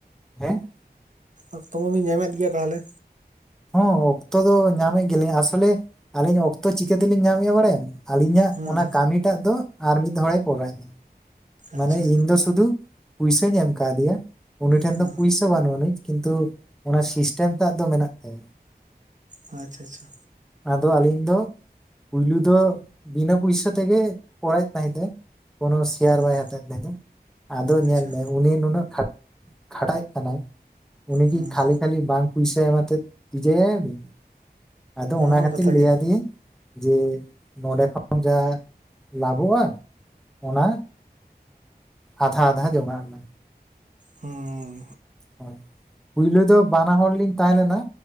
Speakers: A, in the centre; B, on the right.
A: ᱦᱮᱸ
B: ᱚᱠᱛᱚ ᱢᱟᱚᱵᱧ ᱧᱟᱢᱮᱫ ᱜᱮᱭᱟ ᱛᱟᱦᱚᱞᱮ
A: ᱦᱮᱸ ᱚᱠᱛᱚ ᱫᱚ ᱧᱟᱢᱮᱫ ᱜᱮᱞᱤᱧ ᱟᱥᱚᱞᱮ ᱟᱹᱞᱤᱧ ᱚᱠᱛᱚ ᱪᱤᱠᱟᱹ ᱛᱮᱞᱤᱧ ᱧᱟᱢᱮᱫᱼᱟ ᱵᱟᱲᱟᱭᱟ ᱟᱹᱞᱤᱧᱟᱜ
B: ᱦᱮᱸ
A: ᱚᱱᱟ ᱠᱟᱹᱢᱤᱴᱟᱜ ᱫᱚ ᱟᱨ ᱢᱤᱫ ᱦᱚᱲᱮ ᱠᱚᱨᱟᱣᱼᱟ ᱢᱟᱱᱮ
B: ᱟᱪᱪᱷᱟ
A: ᱤᱧ ᱫᱚ ᱥᱩᱫᱩ ᱯᱚᱭᱥᱟᱹᱧ ᱮᱢ ᱠᱟᱫᱮᱭᱟ ᱩᱱᱤ ᱴᱷᱮᱱ
B: ᱦᱮᱸ
A: ᱫᱚ ᱯᱚᱭᱥᱟ ᱵᱟᱹᱱᱩᱜ ᱟᱹᱱᱤᱡᱧ ᱠᱤᱱᱛᱩ ᱚᱱᱟ ᱥᱤᱥᱴᱮᱢ ᱛᱮᱟᱜ ᱫᱚ ᱢᱮᱱᱟᱜ ᱛᱟᱭᱟ
B: ᱟᱪᱪᱷᱟ ᱟᱪᱪᱷᱟ
A: ᱟᱫᱚ ᱟᱹᱞᱤᱧ ᱫᱚ ᱯᱩᱭᱞᱩ ᱫᱚ ᱵᱤᱱᱟᱹ ᱯᱩᱭᱥᱟ ᱛᱮᱜᱮ ᱠᱚᱨᱟᱣᱮᱫ ᱛᱟᱦᱮᱸᱫ ᱮ ᱠᱳᱱᱳ ᱠᱮᱭᱟᱨ
B: ᱦᱮᱸ
A: ᱵᱟᱭ ᱦᱟᱛᱟᱣᱮᱫ ᱢᱮ ᱫᱚ ᱟᱫᱚ ᱧᱮᱞ
B: ᱟᱪᱪᱷᱟ
A: ᱢᱮ ᱩᱱᱤ ᱱᱩᱱᱟᱹᱜ ᱠᱷᱟᱴᱟᱭᱮᱫ ᱠᱟᱱᱟᱭ ᱩᱱᱤ
B: ᱦᱮᱸ
A: ᱠᱤ ᱠᱷᱟᱞᱤ ᱠᱷᱟᱞᱤ ᱵᱟᱝ ᱯᱩᱭᱥᱟᱭᱢᱟᱛᱮ ᱡᱮ ᱵᱤᱱ ᱟᱫᱚ ᱚᱱᱟ
B: ᱦᱚᱸ
A: ᱠᱷᱟᱹᱛᱤᱨ
B: ᱠᱟᱛᱷᱟ
A: ᱞᱟᱹᱭ
B: ᱜᱮ
A: ᱟᱹᱫᱮᱟᱹᱧ ᱡᱮ ᱱᱚᱰᱮ ᱠᱷᱚᱱ ᱡᱟ ᱞᱟᱵᱷᱚᱜᱼᱟ ᱚᱱᱟ ᱟᱫᱷᱟ ᱟᱫᱷᱟ ᱡᱚᱢᱟᱣᱢᱮ
B: ᱦᱮᱸ
A: ᱦ ᱯᱳᱭᱞᱳ ᱫᱚ ᱵᱟᱱᱟ ᱦᱚᱲᱚᱲ ᱞᱤᱧ ᱛᱟᱦᱮᱸ ᱞᱮᱱᱟ